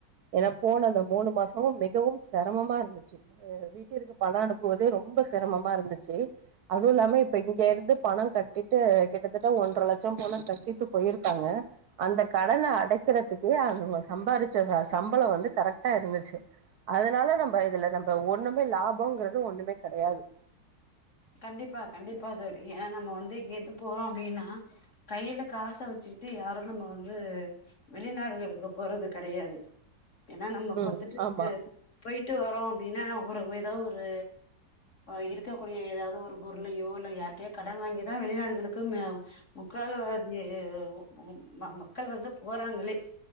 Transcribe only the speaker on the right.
ஏன்னா போன அந்த மூணு மாசமு மிகவும் சிரமமா இருந்துச்சு அ வீட்டிற்கு பணம் அனுப்புவதே ரொம்ப சிரமமா இருந்துச்சு அதுவு இல்லாம இப்ப இங்க இருந்து பணோ கட் கட்டிட்டு கிட்டத்தட்ட ஒன்றரை லட்சம் போல கட்டிட்டு போயிருக்காங்க அந்த கடனை அடைக்கறதுக்கே அவங்க சம்பாதிச்ச காசு சம்பளம் வந்து கரெக்டா இருந்துச்சு அதனால நம்ம இதுல நம் இப்ப ஒண்ணுமே லாபம்ங்கறது ஒண்ணுமே கெடையாது
ம்
ஆமா